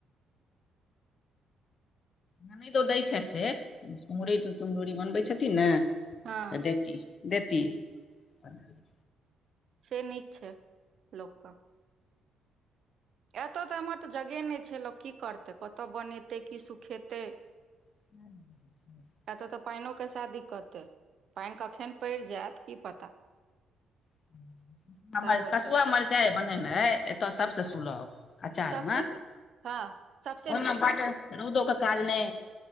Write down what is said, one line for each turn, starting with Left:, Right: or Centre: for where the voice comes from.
Left: ननैद दै छैथ से कुम्हरौरी तऽ तुमहरूरी बनबै छथिन ने
Right: हँ
Left: तऽ दैथीन देती <unintelligible>
Right: से नीक छै लोक क एतय तऽ एमहर तऽ जगह न छै लोक की करतै कतय बनेतै की सुखेतै
Left: <inaudible>
Right: एतऽ तऽ पाइनों क सेह दिक्कते पाइन कखन पैड़ जायत की पता
Left: <unintelligible> हमर
Right: सएह होइ
Left: कसुआ
Right: छै एतय।
Left: मरचाइ बनेनाइ एतऽ सभसँ सुलभ अचारमे
Right: सबसे हँ सबसे
Left: ओना
Right: नीक
Left: बढ़ रौदों क काज ने